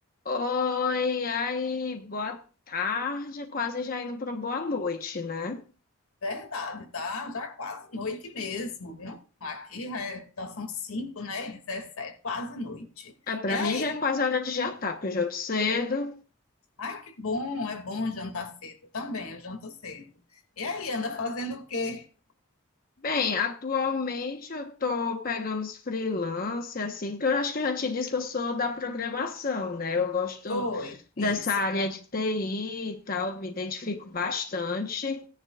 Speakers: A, on the left (about 40°); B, on the left (about 85°).
A: Oi, aí, boa tarde, quase já indo para boa noite, né?
B: Verdade, tá? Já quase noite mesmo, viu? Aqui já, é- já são 5, né? e 17, quase noite.
A: É, para
B: E aí?
A: mim já é quase hora de jantar, porque eu janto cedo.
B: Ai, que bom, é bom jantar cedo também, eu janto cedo. E aí, anda fazendo o quê?
A: Bem, atualmente eu estou pegando os freelance, assim, porque eu acho que eu já te disse que eu sou da programação, né? Eu gosto
B: Foi,
A: dessa
B: isso.
A: área de TI e tal, me identifico bastante.